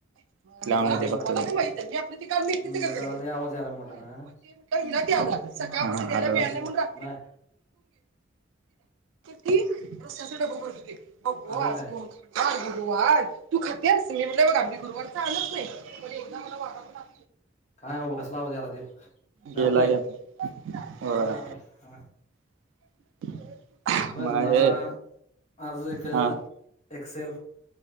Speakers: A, on the right (about 80°); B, on the left (about 35°).
A: बघते
B: जरा
A: मी.
B: हम्म जरा लय आवाज यायलाय मोठ्यानं
A: <unintelligible> हा आलो.
B: बाहेर ये बाहेर
A: ती रस्त्या डब कर बघू
B: आलंच
A: आज
B: काय
A: कोण <unintelligible> गुरुवार तू खातेस मी म्हटलं बघा मी गुरुवारचा आणत नाही पण एवढ मला <unintelligible>
B: नाही बाबा कसला आवाज यायला तो घरातला
A: गेला
B: आहे
A: की आता
B: काय.
A: होय <inaudible>
B: बघ
A: मग
B: मला
A: हे
B: आज एक
A: हा
B: एक्सेल